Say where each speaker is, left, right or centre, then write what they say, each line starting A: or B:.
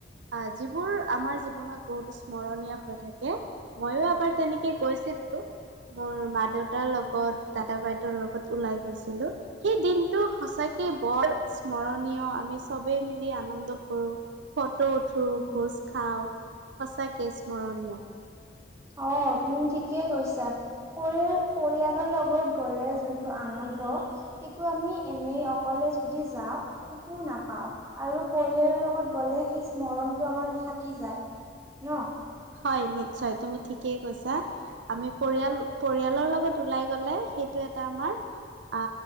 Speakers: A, on the right; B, on the right.
A: আহ যিবোৰ আমাৰ জীৱনত বহুত স্মৰণীয় হৈ থাকে, মইয়ো এবাৰ তেনেকে গৈছো। মোৰ মা দেউতাৰ লগত দাদা বাইদেউৰ লগত ওলাই গৈছিলো। সেই দিনটো সঁচাকে বৰ স্মৰণীয় আমি চবেই মিলি আনন্দ কৰোঁ। ফটো উঠো,
B: উম
A: ভোজ খাওঁ সঁচাকে স্মৰণীয়।
B: অ তুমি ঠিকেই কৈছা পৰিয় পৰিয়ালৰ লগত গলে যোনটো আন ন্দ সেইটো আমি এনে অকলে যদি যাওঁ সেইটো নাপাওঁ আৰু পৰিয়ালৰ লগত গ'লে সেই স্মৰণটো আমাৰ থাকি যায় ন।
A: হয় নিশ্চয় তুমি ঠিকেই কৈছা আমি পৰিয়াল পৰিয়ালৰ লগত ওলাই গলে সেইটো এটা আমাৰ আ